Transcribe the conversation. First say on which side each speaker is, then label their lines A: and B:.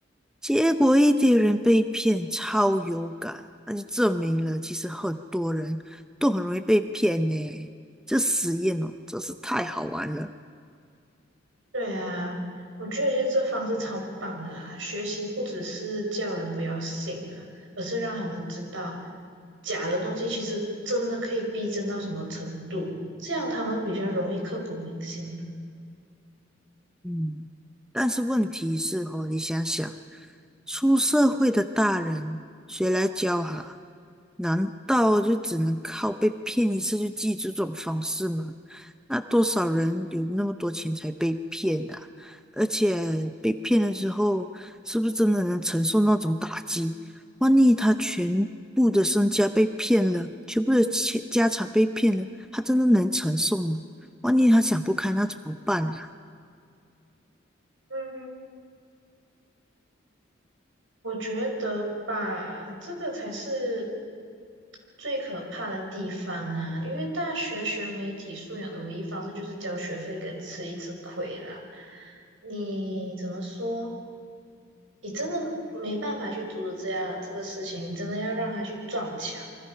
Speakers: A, in the centre; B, on the right.
A: 结果一堆人被骗，超有感，那就证明了其实很多人都很容易被骗呢。这实验哦，真是太好玩了。
B: 对啊，我觉得就是这方式超棒的啊！学习不只是叫人不要信了，而是让他们知道假的东西其实真的可以逼真到什么程度，这样他们比较容易刻骨铭心。
A: 嗯，但是问题是哦，你想想。出社会的大人，谁来教哈？难道就只能靠被骗一次就记住这种方式吗？那多少人有那么多钱才被骗的？而且被骗了之后，是不是真的能承受那种打击？万一他全部的身家被骗了，全部的钱家产被骗了，他真的能承受吗？万一他想不开，那怎么办啊？
B: 嗯，我觉得吧，这个才是最可怕的地方啊！因为大学学媒体素养的唯一方式就是交学费跟吃一次亏啦。你怎么说？你真的没办法去阻止这样这个事情，真的要让他去撞墙，